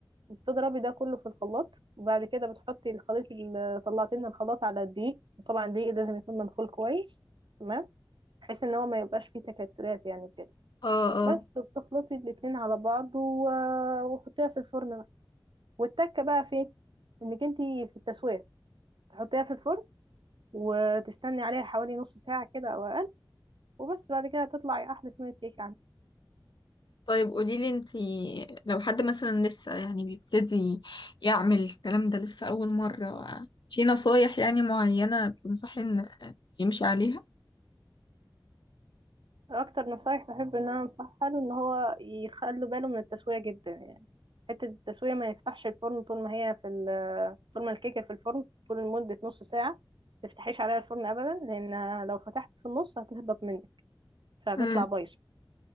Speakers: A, on the right (about 75°); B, on the left (about 65°).
A: وبتضربي ده كله في الخلاط وبعد كده بتحطي الخليط اللي طلعتيه من الخلاط على الدقيق وطبعا الدقيق لازم يكون منخول كويس تمام بحيث ان هو ما يبقاش فيه تكتلات يعني كده
B: اه اه
A: بس بتخلطي الاتنين على بعض و- وحطيها في الفرن بقى والتكه بقى فين انك انتي في التسويه تحطيها في الفرن وتستني عليها حوالي نص ساعه كده او اقل وبس بعد كده هتطلعي احلى صينيه كيك
B: طيب قوليلي انتي لو حد مثلا لسه يعني بيبتدي يعمل الكلام ده لسه أول مرة في نصايح يعني معينة بتنصحي ان يمشي عليها
A: اكتر نصايح بحب ان انا انصحها له ان هو يخلي باله من التسويه جدا يعني حته التسويه ما يفتحش الفرن طول ما هي في ال- طول ما الكيكه في الفرن طول لمده نص ساعه ما تفتحيش عليها الفرن ابدا لان لو فتحت في النص هتهبط منك فهتطلع
B: امم
A: بايظه